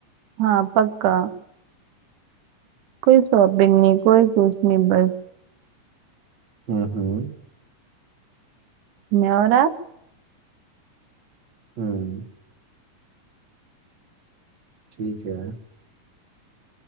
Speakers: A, on the right; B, on the right.
A: हाँ पक्का कोई शॉपिंग नहीं कोई कुछ नहीं बस
B: हम्म हम्म
A: मैं और आप
B: हम्म, ठीक है